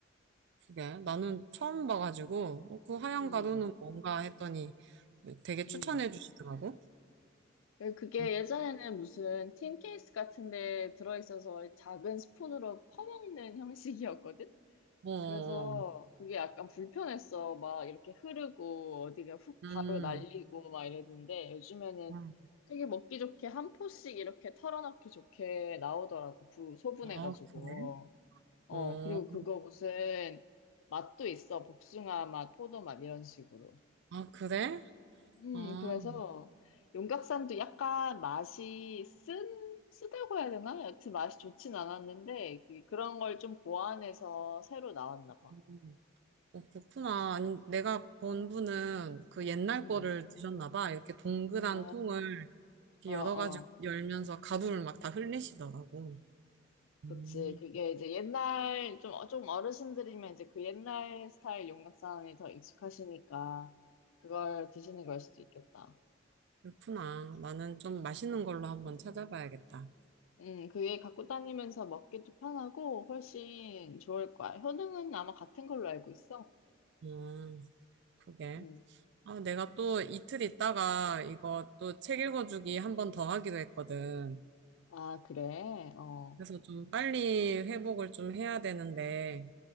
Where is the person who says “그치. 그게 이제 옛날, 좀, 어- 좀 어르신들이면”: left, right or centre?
Left